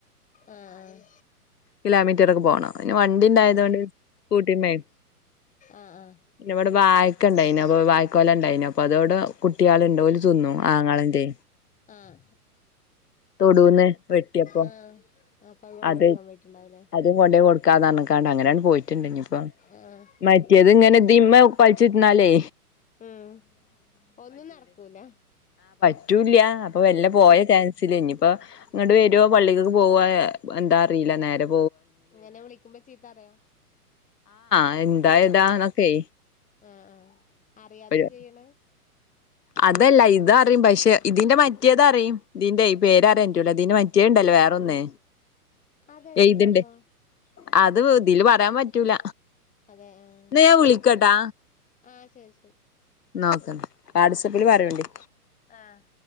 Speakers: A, on the left (about 15°); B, on the left (about 85°).
A: ആ ആഹ്
B: കിലോമീറ്ററൊക്കെ പോണം അയിന് വണ്ടി ഇണ്ടായതോണ്ട്
A: ആഹ്
B: പി സ്കൂട്ടിമ്മേൽ
A: ആഹ് ആഹ്
B: പിന്നെ വടെ വാ ക്കെണ്ടായിനി അപ്പ വാഴക്കൊല ഇണ്ടായിന് അപ്പൊ അതോട് കുട്ട്യള്ണ്ട് ഓല് തിന്നും ആങ്ങളെന്റെ
A: ആഹ്
B: തൊടൂന്ന് വെട്ടിയപ്പോ
A: ആഹ് അപ്പൊ കൊണ്ട്
B: അത്
A: കൊടുക്കാൻ പോയിട്ടുണ്ടാവൂലേ
B: അതും കൊണ്ടെയ് കൊട്ക്കാന്ന് പർഞ്ഞ്ക്കാണ്ട് അങ്ങനെയാണ്ട് പോയിട്ടുണ്ട് ഇഞ്ഞ്പ്പം
A: ആഹ്
B: മറ്റേത് ഇങ്ങനെ ഇത് ഇമ്മ <unintelligible> പയ്ച്ചിര്ന്നാലെ
A: ഉം ഒന്നും നടക്കൂല
B: റ്റൂല്യ അപ്പൊ മെല്ല
A: ഉം
B: പോയ ചാൻസില് ഇ ഇപ്പൊ ഇങ്ങട്ട് വരോ പള്ളിക്ക് പോവായോ എന്താ അറിയില്ല നേരം
A: ഇങ്ങനെ വിളിക്കുമ്പോ ചീത്തറിയോ
B: <inaudible>
A: ഉ
B: ന്നൊക്കെ
A: ആ ആ അറിയാതെ
B: ഒരു
A: ചെയ്യണ
B: അതല്ല ഇത അറിയും പക്ഷെ ഇതിന്റെ മറ്റെയത് അറിയും ഇതിന്റെ പേര് അറിയാറ്റുല്ല ഇതിന്റെ മറ്റെയോണ്ടല്ലോ വേറൊന്ന്
A: അതെന്ത്
B: എഴുത്ണ്ട്
A: സംഭവം
B: അത് ഇതില് പറയാൻ പറ്റൂല
A: അതെ ആഹ്
B: ന്നാ ഞാൻ വിളിക്കട്ടാ
A: ആഹ് ശരി ശ
B: നോക്കന്നാ <unintelligible> വരൂല്ലേ
A: ആഹ്